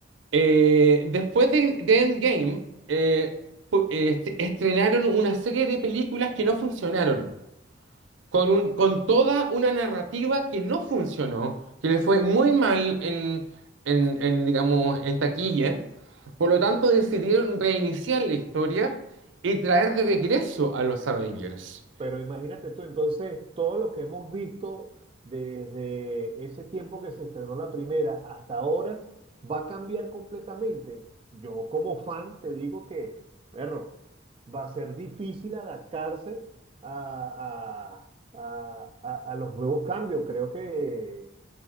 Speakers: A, on the right (about 80°); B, on the right (about 30°).
A: Eh, después de, de Endgame, eh, pu- eh, est- estrenaron una serie de películas que no funcionaron, con, un- con toda una narrativa que no funcionó, que le fue muy mal en, en- en, digamos, en taquilla. Por lo tanto, decidieron reiniciar la historia y traer de regreso a los Avengers.
B: Pero imagínate tú, entonces, todo lo que hemos visto desde ese tiempo que se estrenó la primera hasta ahora va a cambiar completamente. Yo como fan te digo que, perro, va a ser difícil adaptarse a, a- a- a- a los nuevos cambios. Creo que,